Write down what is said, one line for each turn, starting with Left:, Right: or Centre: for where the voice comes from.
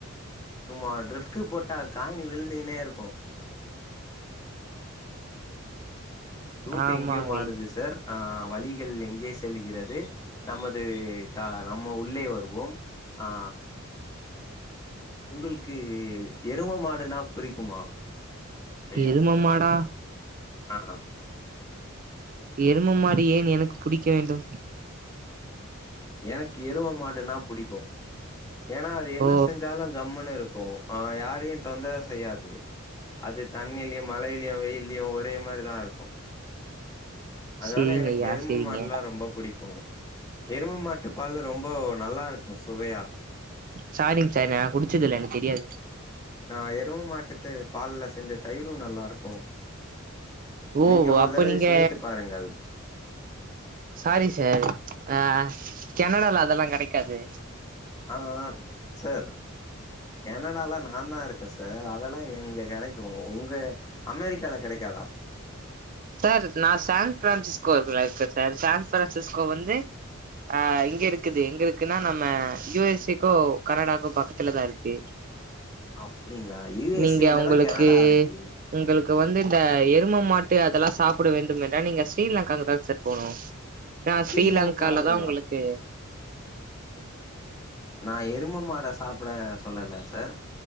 Left: சும்மா டிரிஸ்கு போட்டா காயினு விழுந்துனே இருக்கு ரூட்
Right: ஆமாங்க
Left: எங்கயோ மாறுது சார் ஆ வழிகள் எங்கே செலுகிறது நமது நம்ம உள்ளே வருவோம் ஆ உங்குள்க்கு எரும மாடுனா புரிக்குமா ஐயா
Right: எரும மாடா
Left: அ அ
Right: எரும மாடு ஏன் எனக்கு புடிக்க வேண்டு
Left: எனக்கு எருவ மாடுனா புடிக்கு ஏனா அது என்ன
Right: ஓ
Left: செஞ்சாலு கம்முனு இருக் ஓ ஆ யாரயு தொந்தர செய்யாது அது தண்ணில்யு மழைல்யு வெயில் லியு ஒரே மாரிதா இருக்கு அத்னால
Right: சேரிங்க
Left: எனக்கு
Right: ஐயா
Left: எருமா
Right: சேரிங்க
Left: மாடுலா ரொம்ப புடிக்கு எரும மாட்டு பாலு ரொம்பொ நல்லாருக்கு சுவயா
Right: சாரிங் சார் நா குடிச்சதுல்ல எனக் தெரியாது
Left: நான் எரும மாட்டுத்து பால்ல செஞ்சத் தயிரு நல்லாருக்கு
Right: ஓ
Left: நீங்க ஒரு
Right: அப்ப
Left: தடவை
Right: நீங்க
Left: சுவைத்து பாருங்கள்
Right: சாரி சர் அ கெனடால அதல்லா கெடைக்காது
Left: ஆ ஆ சர் கெனடால நாந்தா இருக்க சர் அதலா எங்க கெடக்கு உங்க அமெரிக்கால கெடக்காதா
Right: சார் நா சான் பிரான்சிஸ்கோர் கிரேக்கர் சர் சான் பிரான்சிஸ்கோ வந்து அ இங்க இர்க்குது எங்கலுக்குனா நம்ம யுஎஸ்ஏ க்கோ கனடாக்கு பக்கத்துலதா இருக்கு
Left: அப்டிங்களா யூ எஸ்
Right: நீங்க
Left: ஏ
Right: அவுங்களுக்கு
Left: லதா கெனடா இருக்கு
Right: உங்களுக் வந்து இந்த எரும மாட்டு அதல்லா சாப்புட வேண்டும் என்றா நீங்க ஸ்ரீலங்காக்கு தாங்சர் போணு நா
Left: ஸ்ரீலங்காலயா
Right: ஸ்ரீலங்கால தா உங்களுக்கு
Left: நா எருமம்மாட சாப்புட சொல்லல சர்